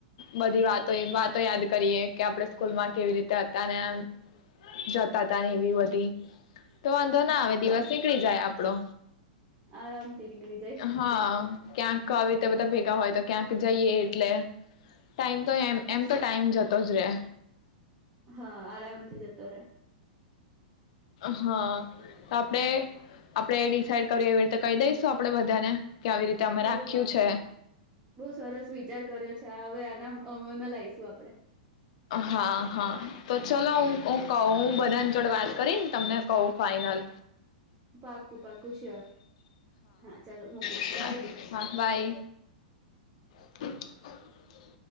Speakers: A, on the left; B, on the right.
A: બધી વાતો વાતો યાદ કરીએ કે આપણેે સ્કૂલમાં કેવી રીતે હતા ને એમ, જતાતા ને એવી બધી. તો વાંધો
B: હા
A: ના આવે
B: બરાબર
A: દિવસ નીકળી જાય આપ પણો.
B: આરામથી નીકળી જા
A: હા. ક્યાંક આવી રીતે બધા ભેગા હોય તો ક્યાંક જઈએ એટલે, ટાઈમ તો એમે એમ તો ટાઈમ જતો જ રે.
B: હા આરામથી જતો રે.
A: હા, તો આપડે આપડે ડિસઇડ કર્યું એવી રીતે કહી દઈશું આપડે બધાને. કે આવી રીતે અમે
B: હઉ
A: રાખ્યું
B: પાક્કું,
A: છે
B: બઉ સરસ વિચાર કર્યો છે આ હવે આના અ એમાં લાઈશું આપડે.
A: હા હા તો ચલો હું હું કહું હું બધાની જોડ વાત કરીને તમને કહું ફાઈનલ.
B: પાક્કું પાક્કું શ્યોર, હા ચાલો મુકું
A: હા
B: બાય.
A: હા બાય <inaudible>